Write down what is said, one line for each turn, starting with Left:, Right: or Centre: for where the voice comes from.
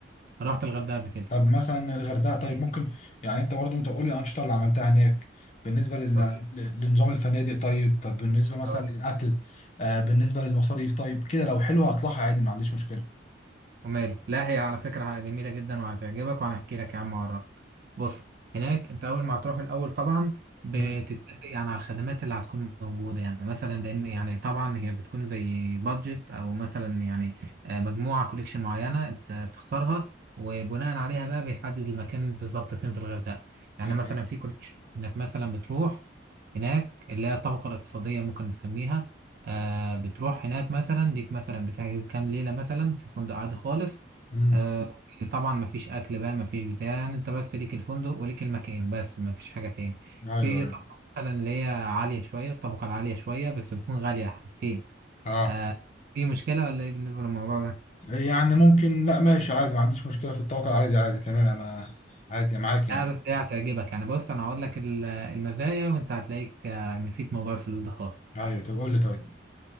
Right: رحت الغردقة قبل كده
Left: طب مثلا الغردقه
Right: جميل
Left: طيب ممكن يعني انت برضه انت قول لي الانشطه اللي عملتها هناك بالنسبه لل...
Right: هقول
Left: لنظام الفنادق طيب طب بالنسبه مثلا
Right: لك
Left: للاكل آه بالنسبه للمصاريف طيب كده لو حلوه هطلعها عادي ما عنديش مشكله
Right: وماله لا هي على فكرة جميلة جدا وهتعجبك وهنحكي لك يا عم وأعرفك بص هناك أنت أول ما هتروح الأول طبعا بتتفق
Left: امم
Right: يعني على الخدمات اللي هتكون موجودة يعني مثلا لأن يعني طبعا هي بتكون زي بادجت أو مثلا يعني آه، مجموعة كوليكشن معينة أنت بتختارها وبناء عليها بقى بيحدد المكان بالظبط فين في الغردقة يعني
Left: تمام
Right: مثلا في كوليكشن إنك مثلا بتروح هناك اللي هي الطبقة الاقتصادية ممكن نسميها آه بتروح هناك مثلا ليك مثلا بتحجز كام ليلة مثلا في فندق عادي خالص
Left: امم
Right: آه طبعا مفيش أكل بقى مفيش بتاع يعني أنت بس ليك الفندق وليك المكان بس مفيش حاجة تاني
Left: ايوه
Right: في
Left: ايوه
Right: طبقة مثلا اللي هي عالية شوية الطبقة العالية شوية بس بتكون غالية حبتين
Left: اه
Right: آه في مشكلة ولا إيه بالنسبة للموضوع ده؟
Left: يعني ممكن لا ماشي عادي ما عنديش مشكلة في التوكل عادي عادي تمام انا عادي معاك يعني
Right: لا بس هي هتعجبك يعني بص أنا هقول لك ال- المزايا وأنت هتلاقيك آه، نسيت موضوع الفلوس ده خالص
Left: ايوه طب قول لي طيب